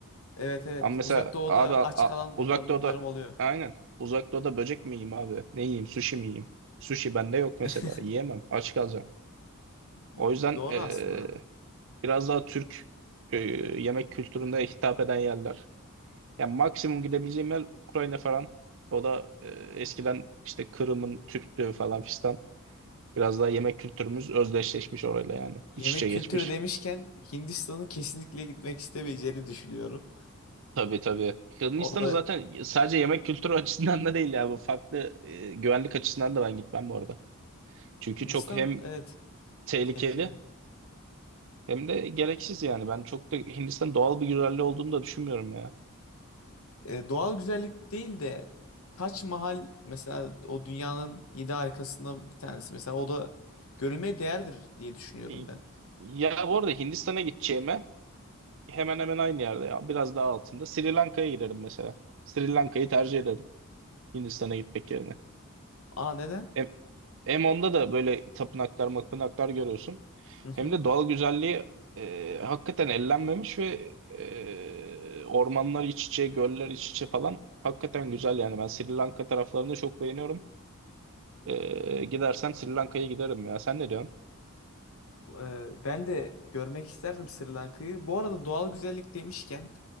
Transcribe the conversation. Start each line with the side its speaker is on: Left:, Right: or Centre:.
Left: Evet evet.
Right: Ama mesela
Left: Uzak Doğu'da
Right: abi a-
Left: aç
Right: a-
Left: kalan
Right: Uzak
Left: tanıdıklarım
Right: Doğu'da
Left: oluyor.
Right: aynen. Uzak Doğu'da böcek mi yiyeyim abi? Ne yiyeyim? Sushi mi yiyeyim? Sushi bende yok mesela.
Left: <laughs>
Right: Yiyemem. Aç kalacağım.
Left: Bu
Right: O yüzden
Left: Doğru
Right: eee,
Left: aslında.
Right: biraz daha Türk eee, yemek kültürüne hitap eden yerler. Yani maksimum gidebileceğim yer Ukrayna falan. O da eee, eskiden işte Kırım'ın Türktü falan fistan. Biraz daha yemek kültürümüz özdeşleşmiş orayla yani.
Left: Yemek
Right: İç içe
Left: kültürü
Right: geçmiş.
Left: demişken Hindistan'ı kesinlikle gitmek istemeyeceğini düşünüyorum.
Right: Tabii tabii. Hırvatistan'ı
Left: Orada
Right: zaten sadece yemek kültürü <laughs> açısından da değil ya. Bu farklı e, güvenlik açısından da ben gitmem bu arada. Çünkü
Left: Hindistan
Right: çok hem
Left: evet
Right: tehlikeli
Left: tehlikeli.
Right: hem de gereksiz yani. Ben çok da Hindistan doğal bir güzelliği olduğunu da düşünmüyorum ya.
Left: Ee, doğal güzellik değil de Taç Mahal mesela o dünyanın yedi harikasından bir tanesi. Mesela o da görülmeye değerdir diye düşünüyorum
Right: E,
Left: ben.
Right: Ya bu arada Hindistan'a gideceğime hemen hemen aynı yerde ya. Biraz daha altında. Sri Lanka'ya giderim mesela. Sri Lanka'yı tercih ederim Hindistan'a gitmek yerine.
Left: Aa neden?
Right: Hem, hem onda da böyle tapınaklar mapınaklar görüyorsun.
Left: <laughs>
Right: Hem de doğal güzelliği e, hakikaten ellenmemiş ve e, ormanlar iç içe, göller iç içe falan hakikaten güzel yani. Ben Sri Lanka taraflarını çok beğeniyorum. E, gidersen Sri Lanka'ya giderim ya. Sen ne diyorsun?
Left: Ee, ben de görmek isterdim Sri Lanka'yı. Bu arada doğal güzellik demişken